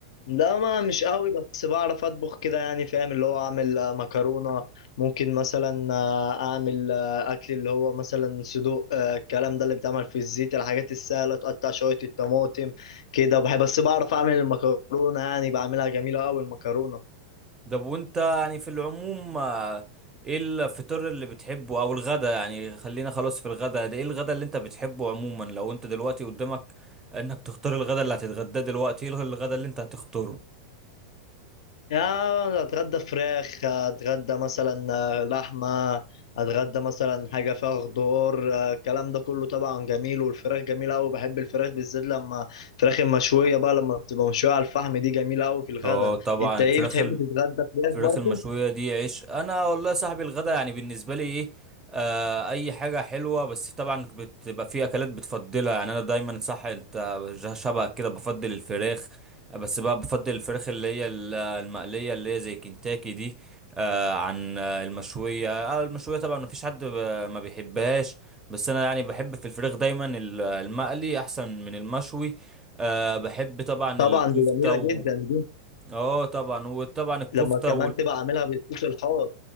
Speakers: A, on the left; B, on the right.
A: لا ما مش قوي بس بعرف اطبخ كده يعني فاهم اللي هو اعمل آه، مكرونه ممكن مثلا آه، اعمل آه، اكل اللي هو مثلا صدوق آه، الكلام ده اللي بيتعمل في الزيت الحاجات السهله تقطع شويه الطماطم كده بحب بس بعرف اعمل المكرونه يعني بعملها جميله قوي المكرونه
B: ده وانت يعني في العموم آه، ايه الفطور اللي بتحبه او الغدا يعني خلينا خلاص في الغدا ده ايه الغدا اللي انت بتحبه عموما لو انت دلوقتي قدامك انك تختار الغدا اللي هتتغداه دلوقتي ايه الغدا اللي انت هتختاره
A: يا اتغدى فراخ اتغدى مثلا آه، لحمه اتغدى مثلا حاجه فيها خضار آه، الكلام ده كله طبعا جميل والفراخ جميله قوي بحب الفراخ بالذات لما الفراخ المشويه بقى لما بتبقى مشويه على الفحم دي جميله قوي في الغدا
B: اه طبعا
A: انت
B: الفراخ
A: ايه بتحب تتغدى
B: الفراخ
A: فراخ برضو
B: المشوية دي عيش انا والله يا صاحبي الغدا يعني بالنسبة لي ايه آه اي حاجة حلوة بس طبعا بتبقى في اكلات بتفضلها يعني انا دايما صح انت شبهك كده بفضل الفراخ بس بقى بفضل الفراخ اللي هي ال- المقلية اللي هي زي كنتاكي دي آه عن آه، المشوية آه المشوية طبعا مفيش حد ب- ما بيحبهاش بس انا يعني بحب في الفراخ دايما ال- المقلي احسن من المشوي آه بحب طبعا
A: طبعا
B: الكفتة
A: دي جميله
B: و
A: جدا دي
B: اه طبعا وطبعا الكفتة
A: لما كمان تبقى عاملها بالصوص الحار